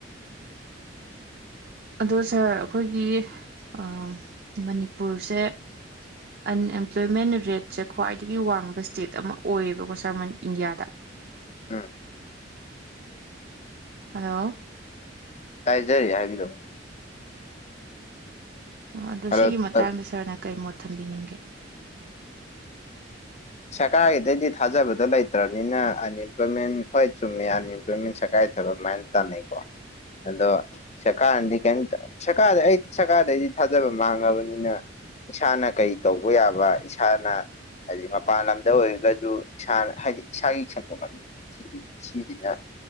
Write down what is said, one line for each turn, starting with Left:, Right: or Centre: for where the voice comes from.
Right: ꯑꯗꯣ ꯁꯥꯔ ꯑꯈꯣꯏꯒꯤ ꯑꯥ ꯃꯅꯤꯄꯨꯔꯁꯦ ꯑꯟꯑꯦꯝꯄ꯭ꯂꯣꯏꯃꯦꯟ ꯔꯦꯠꯁꯦ ꯈ꯭ꯋꯥꯏꯗꯒꯤ ꯋꯥꯡꯕ ꯏꯁꯇꯦꯠ ꯑꯃ ꯑꯣꯏꯌꯦꯕꯀꯣ ꯁꯥꯔ ꯃꯟ ꯏꯟꯗꯤꯌꯥꯗ
Left: ꯎꯝ
Right: ꯍꯜꯂꯣ
Left: ꯇꯥꯏꯖꯔꯤ ꯍꯥꯏꯕꯤꯔꯛꯑꯣ
Right: ꯑꯣ ꯑꯗꯣ
Left: ꯍꯜꯂꯣ
Right: ꯁꯤꯒꯤ ꯃꯇꯥꯡꯗ
Left: ꯇꯠ
Right: ꯁꯥꯔꯅ ꯀꯩ ꯃꯣꯠ ꯊꯝꯕꯤꯅꯤꯡꯒꯦ
Left: ꯁꯔꯀꯥꯔꯒꯤꯗꯩꯗꯤ ꯊꯥꯖꯕꯗꯣ ꯂꯩꯇ꯭ꯔꯕꯅꯤꯅ ꯑꯟꯏꯝꯄ꯭ꯂꯣꯏꯃꯦꯟ ꯍꯣꯏ ꯆꯨꯝꯃꯦ ꯑꯟꯏꯝꯄ꯭ꯂꯣꯏꯃꯦꯟ ꯁꯔꯀꯥꯔ ꯊꯕꯛ ꯑꯗꯨꯃꯥꯏꯅ ꯇꯥꯟꯅꯩꯀꯣ ꯑꯗꯣ ꯁꯔꯀꯥꯔꯅꯗꯤ ꯀꯩꯝꯇ ꯁꯔꯀꯥꯔꯗ ꯑꯩꯗꯤ ꯁꯔꯀꯥꯔꯗꯩꯗꯤ ꯊꯥꯖꯕ ꯃꯥꯡꯉꯕꯅꯤꯅ ꯏꯁꯥꯅ ꯀꯩ ꯇꯧꯕ ꯌꯥꯕ ꯏꯁꯥꯅ ꯍꯥꯏꯗꯤ ꯃꯞ ꯄꯥꯟ ꯂꯝꯗ ꯑꯣꯏꯔꯒꯁꯨ ꯏꯁꯥꯅ ꯍꯥꯏꯗꯤ ꯏꯁꯥꯒꯤ ꯁꯦꯟꯊꯣꯛ ꯂꯝꯕꯤ ꯊꯤꯕꯁꯦ ꯁꯤꯁꯤꯅ